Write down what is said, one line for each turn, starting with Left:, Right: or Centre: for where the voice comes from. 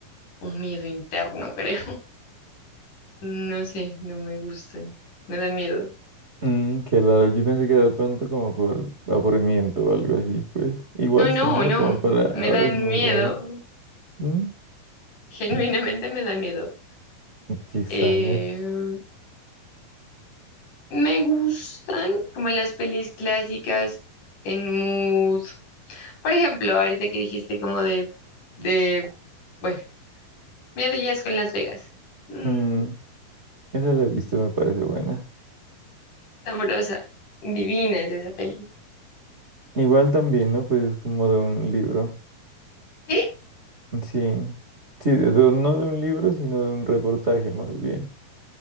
Left: un miedo interno, <laughs> creo. No sé, no me gustan. Me dan miedo.
Right: Mm, qué raro, yo pensé que era de pronto como por aburrimiento o algo así, pues igual
Left: No, no,
Right: sí, ¿no?
Left: no.
Right: Como para ahora
Left: Me dan
Right: es muy
Left: miedo.
Right: raro. Mm,
Left: <laughs> Genuinamente
Right: mm,
Left: me dan miedo.
Right: qué extraño.
Left: Eh, me gustan como las pelis clásicas en mood. Por ejemplo, ahorita que dijiste como de, de, bueno, Miedo y Asco en Las Vegas. Mm,
Right: Mm, esa la he visto, me parece buena.
Left: sabrosa. Divina es esa peli.
Right: Igual también, ¿no? Pues es como de un libro.
Left: ¿Sí?
Right: Sí, sí, de- de- no de un libro, sino de un reportaje más bien.